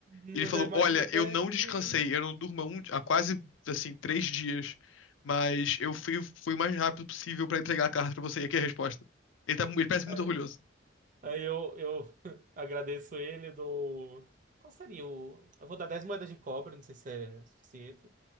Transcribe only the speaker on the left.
Ele falou:
Olha,
eu não
descansei,
eu não durmo há, um- há quase assim três dias, mas eu fui, fui o mais rápido possível pra entregar a carta pra você. E aqui é a resposta. Ele, tá, ele parece
muito orgulhoso.